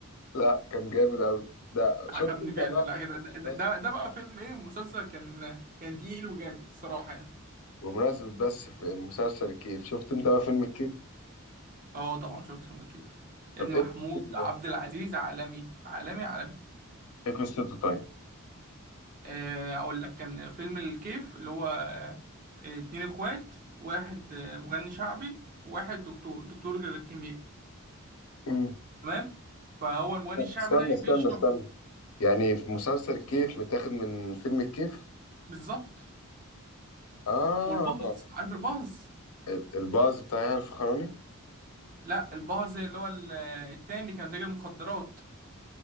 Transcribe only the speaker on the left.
لا كان جامد قوي ده
شفت انت
بقى
بمناسبه
بمناسبة بس في مسلسل الكيف شفت انت بقى فيلم الكيف
طب
ايه
قصته بقى
ايه قصته طيب
مم.
استنى
استنى
استنى يعني في مسلسل الكيف متاخد من فيلم الكيف
اه
ال- الباز بتاع يحيى الفخراني